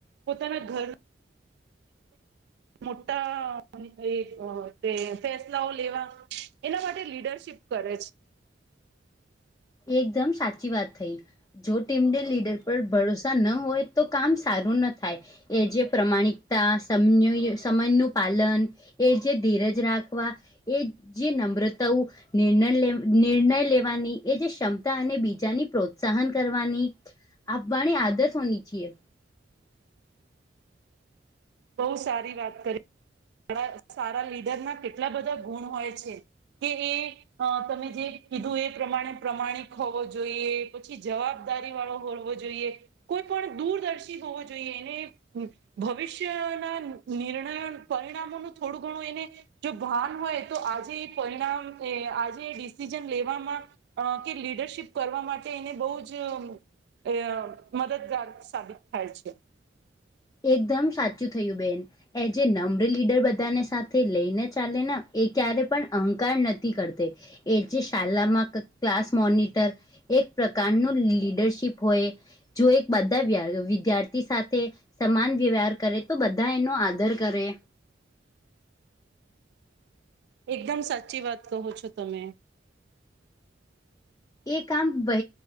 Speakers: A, on the right; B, on the left.
A: પોતાના ઘર <unintelligible> મોટા અ તે ફેસલાઓ લેવા એના માટે લીડરશીપ કરે છે.
B: એકદમ સાચી વાત થઈ. જો ટીમને લીડર પર ભરોસા ન હોય તો કામ સારું ન થાય. એ જે પ્રમાણિકતા, સમ સમય નું પાલન એ જે ધીરજ રાખવા એ જે નમ્રતાઓ નિર્ણય લે નિર્ણય લેવાની એ જે ક્ષમતા અને બીજાની પ્રોત્સાહન કરવાની, આપવાની આદત હોની છીએ.
A: બહુ સારી વાત કરી. સાડા સારા લીડર ના કેટલા બધા ગુણ હોય છે કે એ અ તમે જે કીધું એ પ્રમાણે પ્રમાણિક હોવો જોઈએ પછી જવાબ દારી વાળો હોડવો જોઈએ. કોઈ પણ દૂરદર્શી હોવો જોઈએ એને ભવિષ્યના નિર્ણયો પરિણામોનું થોડું ઘણું એને જો ભાન હોય તો આજે એ પરિણામ એ આજે ડિસિઝન લેવામાં અ કે લીડરશીપ કરવા માટે એને બઉ જ એ મદદગાર સાબિત થાય છે.
B: એકદમ સાચું થયું બેન. એજે એ નમ્ર લીડર બધાને સાથે લઈને ચાલે ને એ ક્યારે પણ અહંકાર નથી કરતી. એ જે શલામાં ક ક્લાસ મોનિટર એક પ્રકારનું લીડરશીપ હોય, જો એક બધા વિદ્યાર્થી સાથે સમાન વ્યવહાર કરે તો બધા એનો આદર કરે.
A: એકદમ સાચી વાત કહો છો તમે.
B: એ કામ બહે